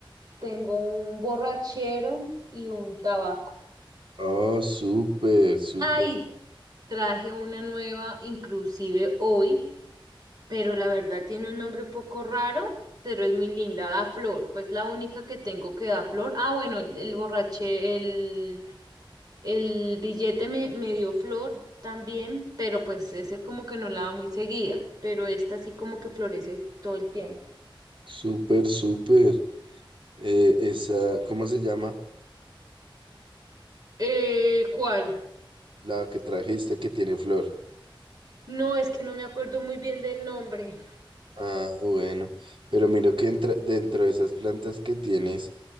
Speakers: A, on the right; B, on the right.
A: tengo un borrachero y un tabaco.
B: Oh, súper, súper,
A: Ay, traje una nueva, inclusive hoy, pero la verdad tiene un nombre un poco raro, pero es muy linda, da flor, pues la única que tengo que da flor. Ah, bueno, el, el borraché, el, el billete me, me dio flor también, pero pues ese como que no la da muy seguida, pero esta sí como que florece todo el tiempo.
B: súper, súper. Eh, esa, ¿cómo se llama?
A: Eh, ¿cuál?
B: La que trajiste que tiene flor.
A: No, es que no me acuerdo muy bien del nombre.
B: Ah, bueno, pero miro que entra- dentro de esas plantas que tienes,